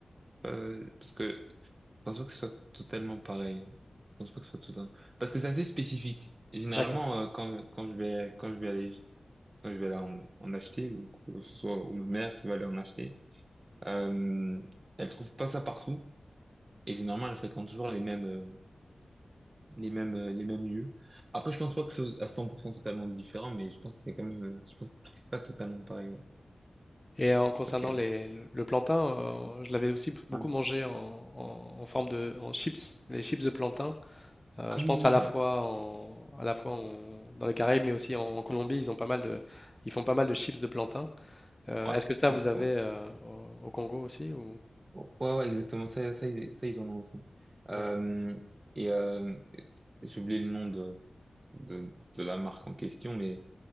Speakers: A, on the right (about 35°); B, on the left (about 15°).
A: Euh, parce que je pense pas que ce soit totalement pareil. Je pense pas que ce soit totalement. Parce que c'est assez spécifique. Et généralement,
B: D'accord.
A: euh, quand quand je vais quand je vais aller quand je vais aller en, en acheter ou que ce soit ou ma mère qui va aller en acheter, euh, elle trouve pas ça partout. Et généralement, elle fréquente toujours les mêmes euh, les mêmes euh, les mêmes lieux. Après, je pense pas que ce soit à 100% totalement différent, mais je pense qu'il y a quand même. euh, Je pense que c'est pas totalement pareil. Ouais.
B: Et en concernant
A: Ok.
B: les, le, le plantain, euh, je l'avais aussi beaucoup
A: Ouais.
B: mangé en, en- en forme de en chips, les chips de plantain. Euh,
A: Ah
B: je
A: oui,
B: pense
A: oui,
B: à la
A: oui, ouais.
B: fois en, à la fois en- dans les Caraïbes, mais aussi en, en Colombie, ils ont pas mal de, ils font pas mal de chips de plantain. Euh,
A: Ouais,
B: est-ce que ça,
A: ouais,
B: vous avez
A: ouais.
B: euh, au au Congo aussi ou...
A: Oh, ouais, ouais, exactement. Ça, ça, ils- ça, ils en ont aussi. Euh,
B: D'accord.
A: et euh, j'ai oublié le nom de, de, de la marque en question, mais